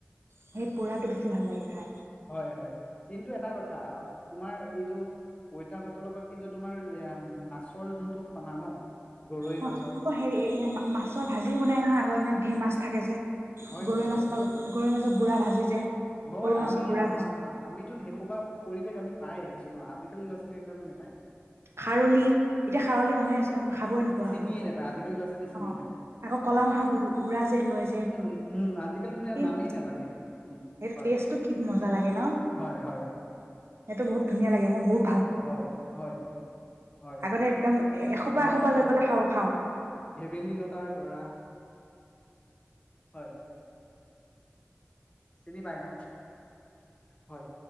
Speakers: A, on the right; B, on the left.
A: সেই পোৰাটো বেছি ভাল লাগে খাই।
B: হয়, হয় কিন্তু এটা কথা তোমাৰ এইটো পঁইতা ভাতৰ লগত কিন্তু তোমাৰ মাছৰ যোনটো ফনা ন গৰৈ
A: অ'
B: মাছৰ
A: আকৌ হে মাছৰ ভাজি বনাই নহয় আগৰ দিনত ধেৰ মাছ থাকে যে
B: হয়
A: গৰৈৰ
B: হয়
A: মাছৰ
B: হয়
A: গৰৰ মাছত গুড়াভাজি যে
B: হয়
A: সৰু মাছৰ
B: আমি
A: গুড়া
B: আ
A: ভাজি
B: আমিতো শেষোবা পৰিৱেশ আমি পাই আহিছো ন আজিকালি ল'ৰা ছোৱালী এইবিলাক নাপায়।
A: খাৰলি এতিয়া খাৰলি মানুহে খাবই নোপোৱা
B: চিনিয়ে
A: হলো
B: নোপায় আজিকালি ল'ৰা ছোৱালী চিনিয়ে
A: আহ
B: নোপায়
A: আকৌ
B: উম
A: কলা মাহৰ গ গুৰা যে লয় যে
B: উম উম আজিকালি
A: এই
B: নামেই নাজানে উম
A: সটো
B: হয়
A: টষ্টটো কি মজা লাগে ন।
B: হয় হয়
A: সেই বহু ধুনীয়া লাগেই বুত
B: হয়, হয়, হয়
A: আগতে একদম এসোপা
B: ন
A: এসোপা লৈ পেলাই খাওঁ খাওঁ
B: ভেবেলী লতাৰ বৰা হয়। চিনি পাই ন হয়।